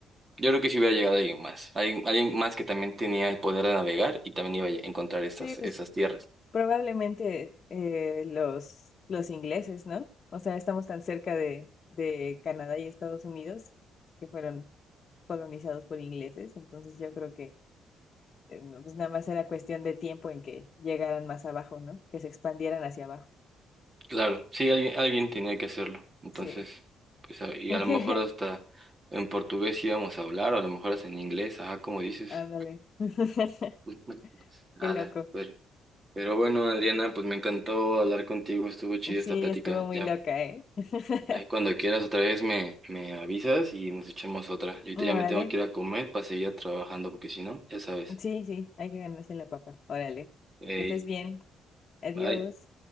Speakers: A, on the right (about 30°); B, on the left (about 45°).
A: yo creo que sí hubiera llegado alguien más. Alguien, alguien más que también tenía el poder de navegar y también iba a encontrar esas,
B: Sí, pues
A: esas tierras.
B: probablemente eh, los, los ingleses, ¿no? O sea, estamos tan cerca de, de Canadá y Estados Unidos que fueron colonizados por ingleses, entonces yo creo que eh, no, pues nada más era cuestión de tiempo en que llegaran más abajo, ¿no? Que se expandieran hacia abajo.
A: Claro, sí, alguien, alguien tenía que hacerlo. Entonces,
B: Sí.
A: pues, a- y
B: <laughs>
A: a lo mejor hasta en portugués íbamos a hablar, o a lo mejor hasta en inglés, ajá, como dices.
B: Ándale. <laughs>
A: <laughs>
B: Qué
A: Ala,
B: loco.
A: pero, pero bueno, Adriana, pues me encantó hablar contigo, estuvo chida
B: Sí,
A: esta plática.
B: estuvo muy
A: Ya,
B: loca, ¿eh? <laughs>
A: ahí cuando quieras otra vez me, me avisas y nos echamos otra. Yo ahorita
B: Órale.
A: ya me tengo que ir a comer para seguir trabajando, porque si no, ya sabes.
B: Sí, sí, hay que ganarse la papa. Órale.
A: Ey,
B: Que estés bien. Adiós.
A: bye.